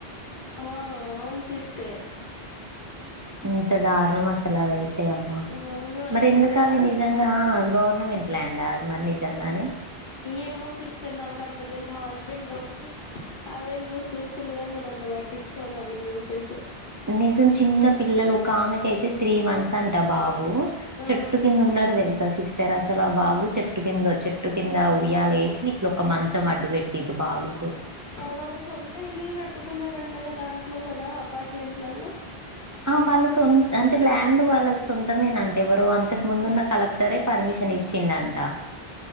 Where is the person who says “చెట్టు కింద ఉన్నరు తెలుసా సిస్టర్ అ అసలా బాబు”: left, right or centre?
Right